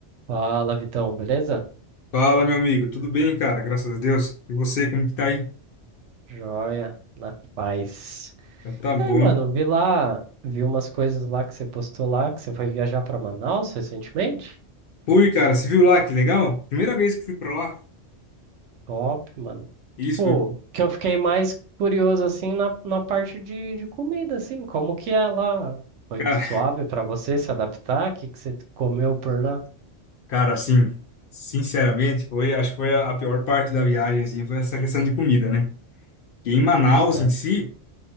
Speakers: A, on the right (about 80°); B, on the left (about 60°).
A: Fala, Vitão, beleza?
B: Fala, meu amigo. Tudo bem, cara? Graças a Deus. E você, como que tá aí?
A: Joia, na paz.
B: Então tá bom.
A: E aí, mano, vi lá, vi umas coisas lá que você postou lá, que você foi viajar pra Manaus recentemente.
B: Fui, cara. Você viu lá? Que legal. Primeira vez que fui pra lá.
A: Top, mano.
B: Isso,
A: Tipo,
B: fui.
A: que eu fiquei mais curioso, assim, na, na parte de, de comida, assim, como que é lá? Foi
B: Cara,
A: suave pra você se adaptar? O que que você comeu por lá?
B: cara, assim, sinceramente, foi, acho que foi a, a pior parte da viagem, assim, foi essa questão de comida, né? E em Manaus,
A: Sério?
B: em si,